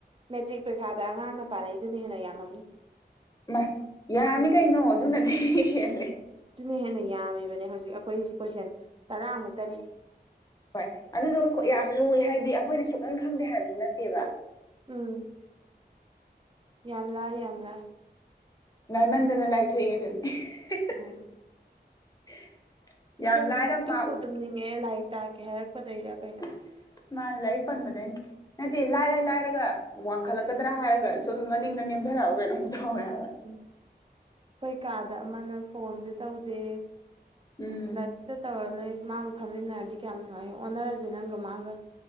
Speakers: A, on the right; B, on the left.
A: ꯃꯦꯇ꯭ꯔꯤꯛ ꯄꯔꯤꯈꯥꯗ ꯑꯉꯥꯡꯅ ꯄꯥꯅꯩꯗꯨꯅ ꯍꯦꯟꯅ ꯌꯥꯝꯃꯝꯅꯤ
B: ꯏꯃꯥ ꯌꯥꯝꯃꯤ ꯀꯩꯅꯣ ꯑꯗꯨꯅꯗꯤ ꯍꯦꯜꯂꯦ
A: ꯇꯨꯅ ꯍꯦꯟꯅ ꯌꯥꯝꯃꯤꯕꯅꯦ ꯍꯧꯖꯤꯛ ꯑꯩꯈꯣꯏꯁꯤ ꯀꯣꯏꯁꯟ ꯇꯔꯥꯃꯨꯛꯇꯅꯦ
B: ꯍꯣꯏ ꯑꯗꯨꯗꯣ ꯈꯣ ꯌꯥꯝ ꯂꯨꯏ ꯍꯥꯏꯗꯤ ꯑꯩꯈꯣꯏꯅ ꯁꯨꯈꯪ ꯈꯪꯗꯦ ꯍꯥꯏꯕꯁꯨ ꯅꯠꯇꯦꯕ
A: ꯎꯝ ꯌꯥꯝ ꯂꯥꯏ ꯌꯥꯝ ꯂꯥꯏ
B: ꯂꯥꯏꯃꯟꯗꯅ ꯂꯥꯏꯊꯣꯛꯑꯦ ꯑꯗꯨꯅꯤ
A: ꯎꯝ
B: <inaudible>
A: ꯇꯨꯝ
B: ꯂꯥꯏꯔ
A: <inaudible>
B: ꯃꯥ
A: ꯇꯨꯝꯕꯨ ꯇꯨꯝꯅꯤꯡꯉꯛꯑꯦ ꯂꯥꯏꯔꯤꯛ ꯇꯥꯛꯀꯦ ꯍꯥꯏꯔꯛꯄꯗꯩꯔ ꯀꯩꯅꯣ
B: ꯏꯁ ꯃꯥꯅꯦ ꯂꯥꯏꯔꯤꯛ ꯄꯟꯕꯗꯩꯅꯤ ꯅꯠꯇꯦ ꯂꯥꯏꯔ ꯂꯥꯏꯔꯒ ꯋꯥꯡꯈꯠꯂꯛꯀꯗ꯭ꯔꯥ ꯍꯥꯏꯔꯒ ꯁꯨꯝ ꯃꯅꯤꯡꯗ ꯅꯦꯝꯊꯔꯛꯑꯕ ꯀꯩꯅꯣꯝ ꯇꯧꯔꯦ ꯍꯥꯏꯕ
A: ꯎꯝ ꯑꯩꯈꯣꯏ ꯀꯥꯗ ꯑꯃꯅ ꯐꯣꯟꯁꯨ ꯇꯧꯗꯦ
B: ꯎꯝ
A: ꯂꯥ ꯆ ꯇꯧꯔ ꯂꯩ ꯃꯥꯒ ꯐꯝꯃꯤꯟꯅꯔꯗꯤ ꯀꯌꯥꯝ ꯅꯨꯡꯉꯥꯏ ꯑꯣꯟꯅꯔꯁꯦ ꯅꯪꯒ ꯃꯥꯒ